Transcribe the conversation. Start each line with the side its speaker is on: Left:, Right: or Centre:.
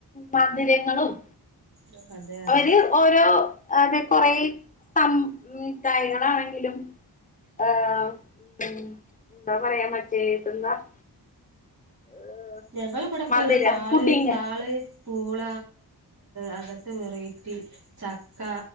Left: മധുരങ്ങളും-
Right: ഒട്ടും അതെ അതെ
Left: അവര് ഓരോ അതെ കൊറേ സം തൈകള് ആണെങ്കിലും - ആഹ് എന്താ പറയാ മറ്റേതെന്താ- <unintelligible>
Right: ഞങ്ങള് ഇവിടെയൊക്കെ
Left: മധുര
Right: താള്
Left: പുഡിങ്
Right: താള്- പൂള അങ്ങത്തെ വെറൈറ്റി- ചക്ക